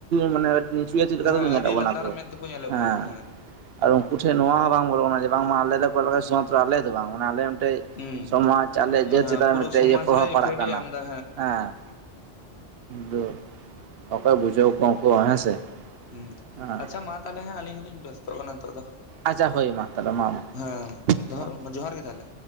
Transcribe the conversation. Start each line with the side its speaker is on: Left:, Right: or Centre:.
Right: ᱢᱟᱱᱮ ᱱᱤᱪᱩᱭᱟ ᱪᱮᱫ ᱞᱮᱠᱟᱠᱚ
Left: ᱦᱮᱸ
Right: ᱧᱮᱞᱮᱥ
Left: ᱟᱹᱰᱤ ᱞᱟᱛᱟᱨ
Right: ᱵᱚᱱᱟ ᱠᱚ
Left: ᱢᱮᱫ ᱛᱮᱠᱚ ᱧᱮᱞᱮᱫ
Right: ᱦᱮᱸ᱾
Left: ᱵᱚᱱᱟ ᱠᱚ
Right: ᱟᱨ ᱩᱱᱠᱩ ᱴᱷᱮᱱ ᱱᱚᱣᱟ ᱦᱚᱸ ᱵᱟᱝ ᱵᱚᱞᱚᱜ ᱠᱟᱱᱟ ᱡᱮ ᱵᱟᱝᱢᱟ ᱟᱞᱮ ᱞᱮ ᱠᱚᱭ ᱞᱮᱡ ᱥᱩᱢᱟᱛᱨᱚ ᱟᱞᱮ ᱫᱚ ᱵᱟᱝ ᱢᱟᱱᱮ ᱟᱞᱮ ᱢᱤᱫᱴᱮᱡ
Left: ᱦᱩᱸ
Right: ᱥᱚᱢᱟᱡ
Left: ᱦᱮᱸ
Right: ᱟᱞᱮ ᱡᱟᱹᱛ ᱪᱮᱛᱟᱱ
Left: ᱯᱩᱨᱟᱹ
Right: ᱨᱮ ᱢᱤᱫᱴᱮᱱ
Left: ᱥᱚᱢᱟᱡᱽ
Right: ᱯᱨᱚᱵᱷᱟᱵᱽ
Left: ᱨᱮ
Right: ᱯᱟᱲᱟᱜ
Left: ᱤᱯᱷᱮᱠᱴ
Right: ᱠᱟᱱᱟ
Left: ᱮ ᱮᱢ ᱮᱫᱟ
Right: ᱦᱮᱸ ᱫᱚ ᱚᱠᱚᱭ ᱵᱩᱡᱷᱟᱹᱣ ᱠᱚᱣᱟ ᱩᱱᱠᱩ ᱦᱚ ᱦᱮᱸ ᱥᱮ
Left: ᱦᱸ
Right: ᱦᱮᱸ
Left: ᱟᱪᱪᱷᱟ ᱢᱟ ᱛᱟᱦᱚᱞᱮ ᱦᱟᱸᱜ ᱟᱹᱞᱤᱧ ᱦᱚᱞᱤᱧ ᱵᱮᱥᱛᱚᱜ ᱠᱟᱱᱟ ᱱᱤᱛᱚᱜ ᱫᱚ
Right: ᱟᱪᱪᱷᱟ ᱦᱳᱭ ᱢᱟ ᱛᱟᱦᱚᱞᱮ ᱢᱟ
Left: ᱦᱮᱸ
Right: ᱢᱟ
Left: ᱫᱚᱦᱚᱭ ᱡᱚᱦᱟᱨ ᱜᱮ ᱛᱟᱦᱞᱮ᱾